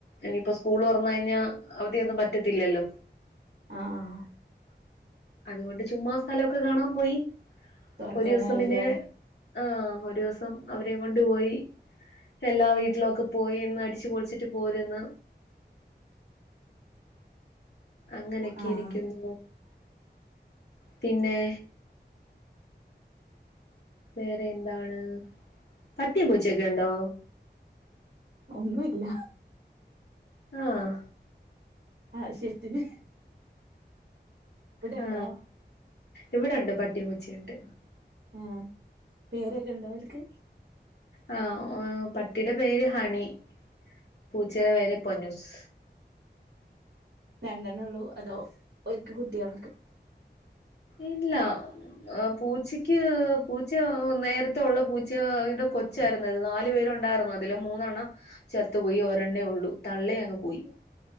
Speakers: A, on the left; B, on the right.
A: ഇനിയിപ്പോ സ്കൂള് തൊറന്ന് കഴിഞ്ഞാ അവധിയൊക്കെ പറ്റത്തില്ലല്ലോ
B: ആ ആഹ്
A: അതുകൊണ്ട് ചുമ്മാ സ്ഥല ഒക്കെ കാണാൻ പോയി
B: തൊറക്കാനായില്ലേ
A: ഒരു ദിവസം പിന്നെ ആ ഒരു ദിവസം അവരെയും കൊണ്ട് പോയി എല്ലാ വീട്ടിലൊക്കെ പോയി ഒന്ന് അടിച്ച് പൊളിച്ചിട്ട് പോരുന്ന് അങ്ങനൊക്കെ
B: ആഹ്
A: ഇരിക്കുന്നു പിന്നെ വേറെ എന്താണ് പട്ടിയും പൂച്ചൊക്കെ ഉണ്ടോ
B: ഒന്നു ഇല്ല
A: ആഹ്
B: ആവിശ്യത്തിന്
A: ആ
B: ഉണ്ടോ
A: ഇവിടെണ്ട് പട്ടിയും പൂച്ചയുണ്ട്
B: ആ പേരൊക്കെ ഇണ്ടോ ഓൽക്ക്
A: ആ പട്ടിയുടെ പേര് ഹണി പൂച്ചയുടെ പേര് പൊന്നൂസ്
B: രണ്ടെണ്ണൊള്ളു അതോ ഓര്ക്ക് കുട്ടിയാളൊക്കെ
A: ഇല്ലാ ആഹ് പൂച്ചയ്ക്ക് പൂച്ചാ നേരത്ത ഒള്ള പൂചായ്ടെ കൊ ച്ചായിര്ന്നു അത് നാല് പേരുണ്ടായിരുന്നു. അതില് മൂന്നെണ്ണം ചത്തു പോയി ഒരെണ്ണേ ഒള്ളു. തള്ളേ അങ്ങ് പോയി.